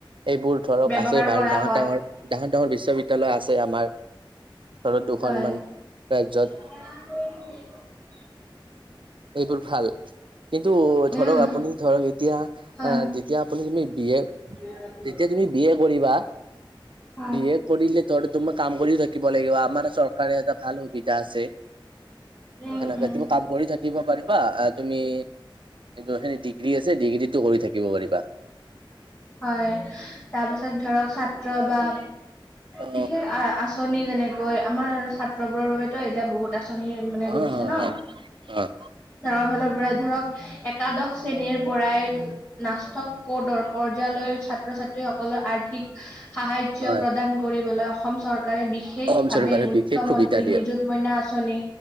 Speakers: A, on the right; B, on the left.
A: এইবোৰ ধৰক
B: ব্যৱহাৰ
A: আছে বাৰু
B: কৰা
A: ডাঙৰ
B: হয়।
A: ডাঙৰ ডাঙৰ, ডাঙৰ বিশ্ববিদ্যয়ালয় আছে আমাৰ ধৰত দুখনমান
B: হয়,
A: ৰাজ্যত।
B: <unintelligible>
A: এইবোৰ ভাল। কিন্তু ধৰক
B: উম,
A: আপুনি ধৰক এতিয়া
B: হয়,
A: যেতিয়া আপুনি তুমি বিয়ে
B: <unintelligible>
A: তেতিয়া তুমি বি এ কৰিবা।
B: হয়।
A: বি এ কৰিলে তহঁতে তো মই কাম কৰিও থাকিব লাগিব আমাৰ চৰকাৰে এটা ভাল সুবিধা আছে।
B: উম,
A: সেনেকে তুমি কাম কৰি থাকি শিকিব পাৰিবা তুমি যোন খিনি ডিগ্ৰী আছে ডিগ্ৰীটো কৰি থাকিব পাৰিবা।
B: হয় তাৰপিছত ধৰক ছাত্ৰ বা
A: অ অ
B: বিশেষ আ আচনি যেনেকৈ আমাৰ ছা বোৰৰ বাবেতো এতিয়া বহুত আঁচনি মানে দি
A: অ অ
B: দিছে ন,
A: অ
B: গাৱৰ ফালৰ পৰা ধৰক একাদশ শ্ৰেণীৰ পৰাই নাচক কদৰ, পৰ্যালয় ছাত্ৰ ছাত্ৰী সকললে আৰ্থিক সাহায্য
A: হয়
B: প্ৰদান কৰিবলৈ অ অসম চৰকাৰে বিশেষ
A: অসম
B: বিশেষভাৱে
A: চৰকাৰে
B: মুখ্যমন্ত্ৰী
A: বিশেষ সুবিধা দিয়ে
B: নিযুত মইনা আঁচনি।